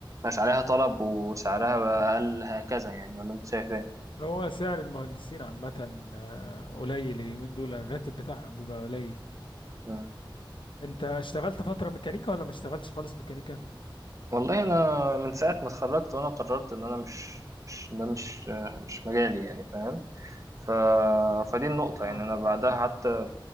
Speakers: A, on the right; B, on the left.
A: مش عليها طلب وسعرها بقى أقل هكذا يعني ولا أنت شايف إيه؟
B: هو سعر المهندسين عامه آه، قليل اليومين دول الراتب بتاعهم بيبقى قليل
A: مم.
B: انت اشتغلت فتره ميكانيكا ولا ما اشتغلتش خالص ميكانيكا
A: والله أنا من ساعة ما اتخرجت وأنا قررت إن أنا مش مش ده مش آه، مش مجالي يعني فاهم؟ ف... فدي النقطة
B: اه
A: يعني أنا بعدها حتى